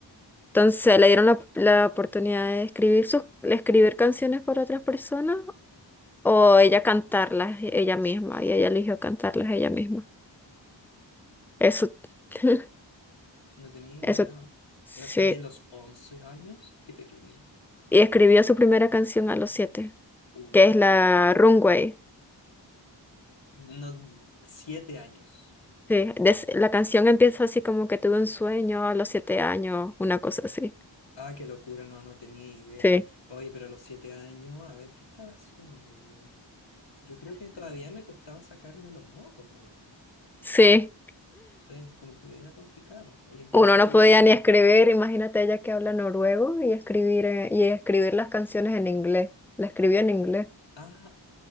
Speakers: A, in the centre; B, on the left.
A: Entonces le dieron la, la oportunidad de escribir, sus, de escribir canciones para otras personas o ella cantarlas ella misma y ella eligió cantarlas ella misma. Eso, <laughs>
B: no tenía
A: eso,
B: idea.
A: sí.
B: Eh, De los 11 años, qué pequeña.
A: Y escribió su primera canción a los siete,
B: Uh,
A: que es la
B: uh,
A: Runway.
B: No, 7 años.
A: Sí, des- la canción empieza así como que tuve un sueño a los siete años, una cosa así.
B: Ah, qué locura, no, no tenía idea.
A: Sí,
B: Oye, pero a los 7 años, a ver, ¿qué estaba haciendo yo? Yo creo que todavía me costaba sacarme los mocos nomás.
A: sí.
B: Sí, como que era complicado. O limpiarte
A: Uno no
B: los oídos.
A: podía ni escribir, imagínate ella que habla noruego y escribir, eh, y escribir las canciones en inglés. La escribió en inglés.
B: Ah,